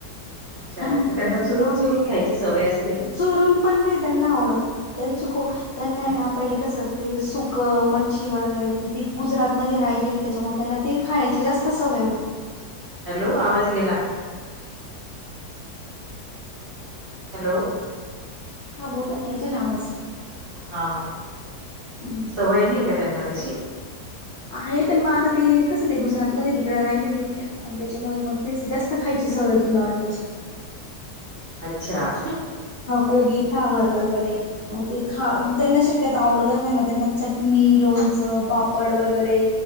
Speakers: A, on the right; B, on the left.
A: अच्छा
B: अ
A: ते त्यांना चुरून चुरून खायची सवय असते.
B: चुरून पण नाही त्यांना आवडत त्यांच खू त्यांना
A: नाही.
B: ना पहिले कसं ते सुकं मच्छी वगैरे ते त गुजरातमध्ये राहिलेले त्याच्यामुळे त्यांना ते खाण्याची जास्त सवय होती.
A: हॅलो आवाज गेला. हॅलो
B: हा बोला ना येत ना आवाज
A: हा
B: हम्म
A: सवय नाही का त्यांना तशी
B: आहे पण मग आता ते कसं ते गुजरात मध्ये तिकडं राहिलेली. आणि त्याच्यामुळे मग ते जास्त खायची सवय होती नॉन व्हेज
A: अच्छा
B: कोबी फ्लावर वगैरे मग ते खा त्यांना शक्यता आवडतच नाही मग त्यांना चटणी, लोणचं, पापड वगैरे